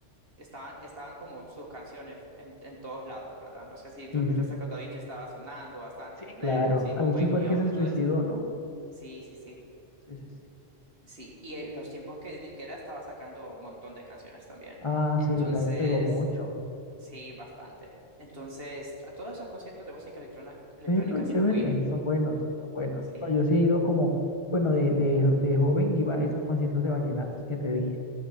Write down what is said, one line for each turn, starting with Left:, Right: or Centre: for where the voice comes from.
Right: estaban, estaban como sus canciones en, en todos lados, ¿verdad? No sé si tú
Left: Sí,
Right: escuchaste
Left: sí, sí.
Right: cuando Avicii estaba sonando bastante
Left: Sí,
Right: con
Left: claro.
Right: Levels y con
Left: Avicii
Right: Wake
Left: fue
Right: Me
Left: el que
Right: Up
Left: se
Right: y
Left: suicidó,
Right: todo eso.
Left: ¿no?
Right: Sí, sí, sí.
Left: Sí, sí, sí.
Right: Sí, y en los tiempos que David Guetta estaba sacando un montón de canciones también.
Left: Ah,
Right: Entonces,
Left: sí, él también pegó mucho.
Right: Sí, bastante. Entonces, a todos esos conciertos de música electrona- electrónica
Left: Ve, pero chévere,
Right: sí fui.
Left: son buenos, son buenos.
Right: Sí.
Left: No, yo sí he ido como, bueno, de, de, de joven iba a esos conciertos de vallenatos que te dije.